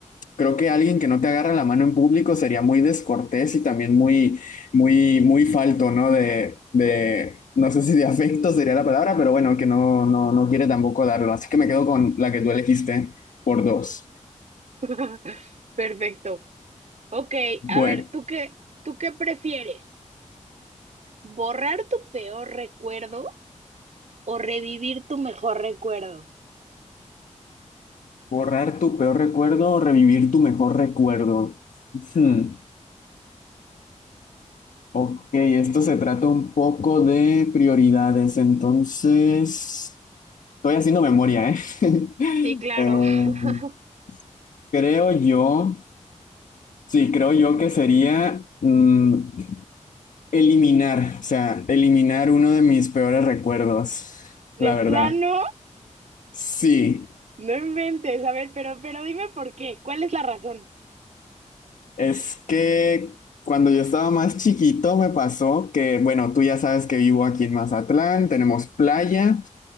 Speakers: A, on the left; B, on the right.
A: creo que alguien que no te agarra la mano en público sería muy descortés y también muy, muy, muy falto, ¿no? De, de, no sé si de afecto sería la palabra, pero bueno, que no, no, no quiere tampoco darlo, así que me quedo con la que tú elegiste por dos.
B: <laughs> Perfecto. Ok,
A: Bueno,
B: a ver, ¿tú qué, tú qué prefieres? ¿Borrar tu peor recuerdo o revivir tu mejor recuerdo?
A: borrar tu peor recuerdo o revivir tu mejor recuerdo. Hmm. Ok, esto se trata un poco de prioridades, entonces estoy haciendo memoria, ¿eh?
B: Sí, claro.
A: <laughs> Eh,
B: <laughs>
A: creo yo, sí, creo yo que sería mm, eliminar, o sea, eliminar uno de mis peores recuerdos, la
B: De plano,
A: verdad. Sí.
B: no inventes. A ver, pero, pero dime por qué. ¿Cuál es la razón?
A: Es que cuando yo estaba más chiquito me pasó que, bueno, tú ya sabes que vivo aquí en Mazatlán, tenemos playa,